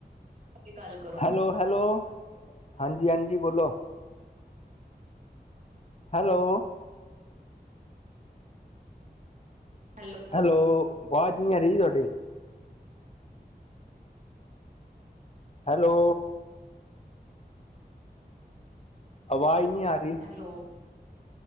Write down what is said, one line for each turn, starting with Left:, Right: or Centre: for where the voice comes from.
Right: ਕੇ ਗੱਲ ਕਰੋ
Left: ਹੈਲੋ ਹੈਲੋ ਹਾਂਜੀ ਹਾਂਜੀ ਬੋਲੋ ਹੈਲੋ
Right: ਹੈਲੋ
Left: ਹੈਲੋ ਆਵਾਜ਼ ਨਹੀਂੀ ਆ ਰਹੀ ਤੁਹਾਡੀ ਹੈਲੋ ਆਵਾਜ਼ ਨਹੀਂ ਆ ਰਹੀ
Right: ਹੈਲੋ